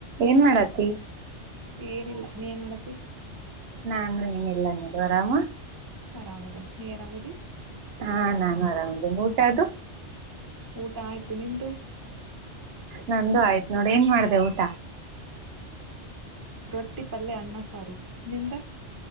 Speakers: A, on the right; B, on the right.
A: ಏನ್ ಮಾಡತ್ತಿ
B: ಏನಿಲ್ಲ ನೀ ಏನ್ ಮಾಡತಿ.
A: ನಾನು ಏನಿಲ್ಲ ನೀ ಆರಾಮ.
B: ನಾ ಆರಾಮದ ನೀ ಅರಾಮಿದಿ.
A: ಹಾ ನಾನು ಆರಾಮದಿನ್ ಊಟ ಅದು.
B: ಊಟ ಆಯ್ತು ನಿಂದು.
A: ನಂದು ಆಯ್ತು ನೋಡ್ ಏನ್ ಮಾಡ್ದೆ ಊಟ.
B: ರೊಟ್ಟಿ ಪಲ್ಯ ಅನ್ನ ಸಾರು ನಿಮ್ದ.